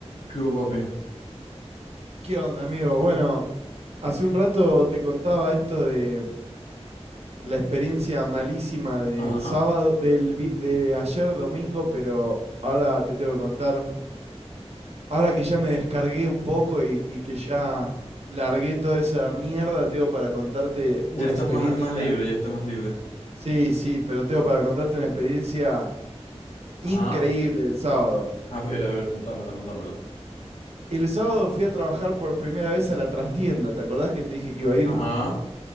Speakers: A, on the left; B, on the right.
A: ¿Qué hubo, papi?
B: ¿Qué onda, amigo? Bueno, hace un rato te contaba esto de la experiencia malísima del
A: Ajá.
B: sábado, del, vi- de ayer domingo, pero ahora te tengo que contar, ahora que ya me descargué un poco y, y que ya largué toda esa mierda, tengo para contarte
A: Ya
B: una
A: estás
B: experiencia,
A: más, más libre, ya estás más libre.
B: sí, sí, pero tengo para contarte una experiencia increíble
A: Ajá.
B: del sábado.
A: A ver, a ver, contámela, contámela.
B: El sábado fui a trabajar por primera vez a la trastienda, ¿te acordás que te dije que iba a ir?
A: Ajá.